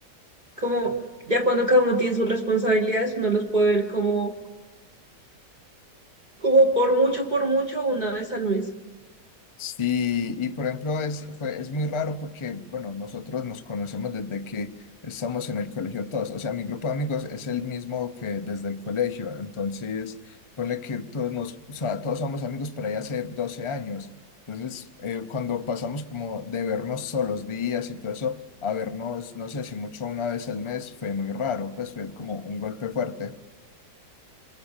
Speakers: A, on the right; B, on the left.
A: Como ya cuando cada uno tiene sus responsabilidades, uno los puede ver como, como por mucho, por mucho, una vez al mes.
B: Sí, y por ejemplo es, fue, es muy raro porque, bueno, nosotros nos conocemos desde que estamos en el colegio todos, o sea, mi grupo de amigos es el mismo que desde el colegio, entonces ponle que todos nos, o sea, todos somos amigos por ahí hace 12 años, entonces eh, cuando pasamos como de vernos todos los días y todo eso a vernos, no sé si mucho una vez al mes, fue muy raro, pues fue como un golpe fuerte.